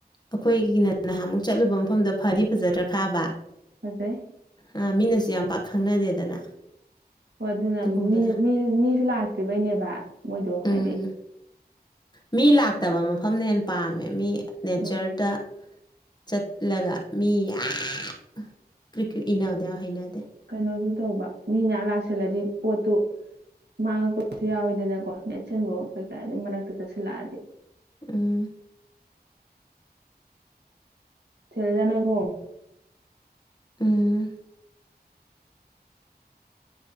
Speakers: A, on the left; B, on the right.
A: ꯑꯩꯈꯣꯏꯒꯤꯅ ꯅꯍꯥꯟꯃꯨꯛ ꯆꯠꯂꯨꯕ ꯃꯐꯝꯗꯣ ꯐꯗꯤ ꯐꯖꯗ꯭ꯔꯥ ꯈꯥꯕ
B: ꯑꯗꯦ
A: ꯑꯥ ꯃꯤꯅꯁꯨ ꯌꯥꯝ ꯄꯥꯛ ꯈꯪꯅꯗꯦꯗꯅ
B: ꯍꯣꯏ ꯑꯗꯨꯅꯁꯨ
A: ꯑꯗꯨꯒꯨꯝꯕꯗꯣ
B: ꯃꯤꯁꯨ ꯂꯥꯛꯇ꯭ꯔꯤꯕꯩꯅꯦꯕ ꯃꯣꯏꯗꯣ ꯍꯥꯏꯗꯤ
A: ꯎꯝ ꯃꯤ ꯂꯥꯛꯇꯕ ꯃꯐꯝꯅ ꯍꯦꯟꯅ ꯄꯥꯝꯃꯦ ꯃꯤ ꯅꯦꯆꯔꯗ
B: ꯎꯝ
A: ꯆꯠꯂꯒ ꯃꯤ ꯌꯥꯝ ꯀ꯭ꯔꯤ ꯀ꯭ꯔꯤ ꯏꯟꯅꯧꯗ ꯌꯥꯝ ꯍꯩꯅꯗꯦ
B: ꯀꯩꯅꯣꯁꯨ ꯇꯧꯕ ꯃꯤ ꯃꯌꯥꯝ ꯂꯥꯛꯁꯜꯂꯗꯤ ꯄꯣꯠꯇꯨ ꯃꯥꯡꯉꯛꯄꯁꯨ ꯌꯥꯎꯋꯤꯗꯅꯀꯣ ꯅꯦꯠꯁꯤꯟꯕ ꯀꯩꯀꯥ ꯑꯗꯨꯝ ꯃꯔꯛꯇ ꯆꯠꯁꯨꯜꯂꯛꯑꯗꯤ
A: ꯎꯝ
B: ꯆꯔꯖꯅꯒꯣꯝ
A: ꯎꯝ